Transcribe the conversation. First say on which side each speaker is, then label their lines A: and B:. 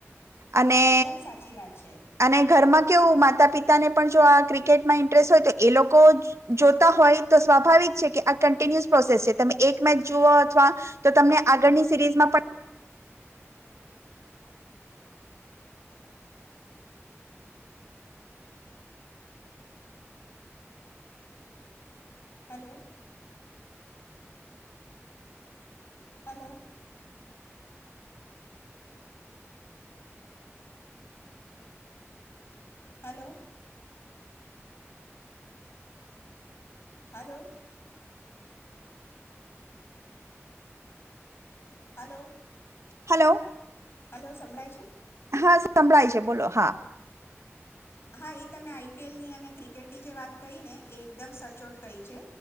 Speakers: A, on the left (about 55°); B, on the right (about 70°).
A: હા
B: અને
A: એકદમ સાચી વાત છે
B: અને ઘરમાં કેવું માતા પિતા ને પણ જો આ ક્રિકેટમાં ઇન્ટરેસ્ટ હોય તો એ લોકો જોતા હોય તો સ્વાભાવિક છે કે આ કન્ટિન્યુસ પ્રોસેસ છે તમે એક મેચ જુઓ અથવા તો તમને આગળની સિરીઝમાં પણ
A: hello. Hello. Hello. Hello hello
B: hello
A: hello સંભળાય છે.
B: હા સંભળાય છે બોલો હા
A: હા એ તમે આઈપીએલની અને ક્રિકેટની જે વાત કહી ને એ એકદમ સચોટ કહી છે.